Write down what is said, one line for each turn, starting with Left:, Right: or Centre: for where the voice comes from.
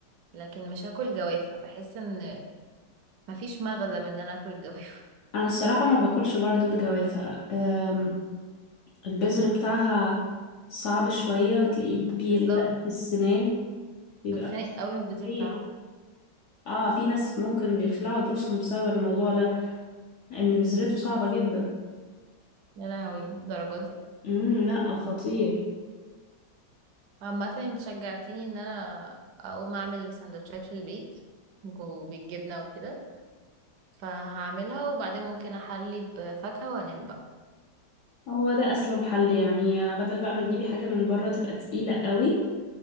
Right: لكن مش هاكل جوافة بحس ان مفيش مغزى من ان انا اكل الجوافة
Left: انا الصراحة ما باكلش برضو الجوافة أم، البذر بتاعها صعب شوية وتلاقيه
Right: <laughs>
Left: بيلفق
Right: بالظبط
Left: في السنان بيبقى
Right: بتخنق
Left: مش
Right: قوي من البذر
Left: مريح
Right: بتاعها
Left: اه في ناس ممكن بيخلعوا دروسهم بسبب الموضوع ده ان بذرته صعبة جدا
Right: يا لهوي الدرجة دي
Left: امم لا خطير
Right: عامة انت شجعتيني ان انا اقوم اعمل سندوتشات في البيت وبالجبنة وكده فهعملها وبعدين ممكن احلي بفاكهة وانام بقى
Left: هو ده اسلم حل يعني بدل بقى ما تجيبي حاجة من بره تبقى تقيلة قوي